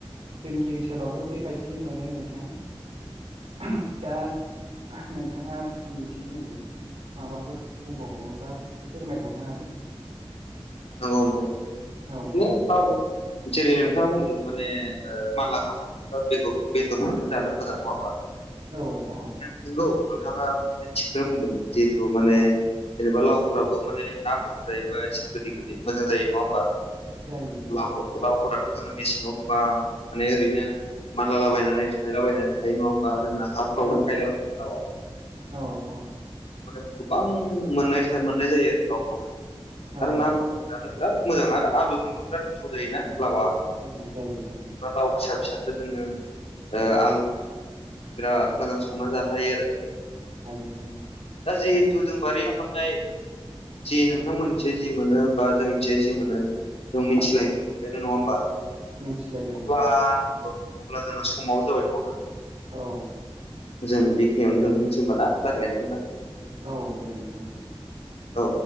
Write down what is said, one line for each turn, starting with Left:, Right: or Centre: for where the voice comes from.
Right: जोंनि ओनसोलावबो बेबायदिनो मोनो नोंथां दा नोंथाङा बिनि सोमोन्दै माबाफोर बुंबावोबा फोरमायहरनो हागोन नोंथां
Left: नंगौ नोंथां
Right: औ
Left: बिदिनो
Right: औ
Left: जेरै नोंथाङा बुंदों माने ओ मानलाग्रा दा बे बेदरफोरजों जानो मोजां नङा होमबा
Right: औ औ
Left: नंगौ नोंथाङासे थिगखौनो बुंदों जिहेथु माने
Right: औ
Left: जेनेबा लावफ्राबो माने नाफोरजोंजायोबा एसे गोदै गोदै मोजां जायो नङा होमबा
Right: जायो जायो
Left: ल लावफोरा जोंना मेसिनाव गोबां माने ओरैनो मानलालाबायनानै थायलाबायनानै थायो नङा होमबा जोंना हाफ्राव
Right: औ
Left: थायलाबायो लावआ
Right: औ औ
Left: माने गोबां मोननाय मोननाय जायो आरो लावखौहाय
Right: औ
Left: आरो नाफोरस' बिराद मोजां आरो आलुजोंबो बिराद गोथाव जायोना लावा
Right: जायो जायो जायो
Left: लाव फिसा फिसखौो जोङो
Right: औ
Left: आलु बिराद मोजां संनानै जानो हायो आरो
Right: हायो हायो।
Left: दा जिहेथु जों बारियाव मोननाय जि नोंथांमोनसे जि मोनो बा जोंनिथिं जि मोनो जों मिथिनाय
Right: औ
Left: बेनो नङा होमबा?
Right: मिथिलायबाय
Left: अब्ला
Right: नोंथां।
Left: औ अब्ला जोंना समाबो जाबाय नङा होनबा।
Right: औ
Left: जों बेखिनियावनो दोनथ'सै होनबाना रायलायनायखौ नोंथां।
Right: औ दे नोंथां दे।
Left: औ।